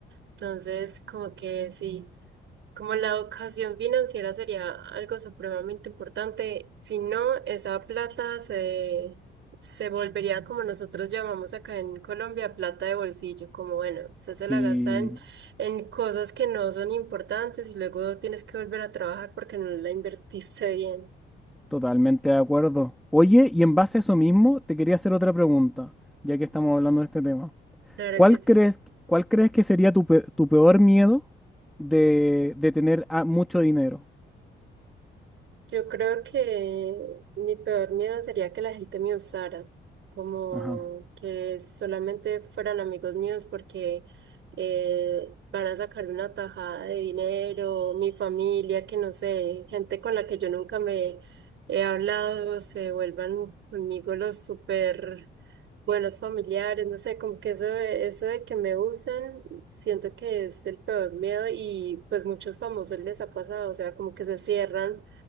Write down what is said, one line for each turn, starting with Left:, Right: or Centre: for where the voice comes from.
Right: Entonces, como que sí. Como la educación financiera sería algo supremamente importante, si no, esa plata se, se volvería como nosotros llamamos acá en Colombia plata de bolsillo, como bueno, usted se la
Centre: Sí.
Right: gasta en, en cosas que no son importantes y luego tienes que volver a trabajar porque no la invertiste <laughs> bien.
Centre: Totalmente de acuerdo. Oye, y en base a eso mismo, te quería hacer otra pregunta, ya que estamos hablando de este tema.
Right: Claro
Centre: ¿Cuál
Right: que sí.
Centre: crees, cuál crees que sería tu, pe- tu peor miedo de, de tener ah, mucho dinero?
Right: Yo creo que mi peor miedo sería que la gente me usara, como
Centre: Ajá.
Right: que solamente fueran amigos míos porque eh, van a sacar una tajada de dinero, mi familia, que no sé, gente con la que yo nunca me he hablado, se vuelvan conmigo los súper buenos familiares, no sé, como que eso, de- eso de que me usen, siento que es el peor miedo y pues muchos famosos les ha pasado, o sea, como que se cierran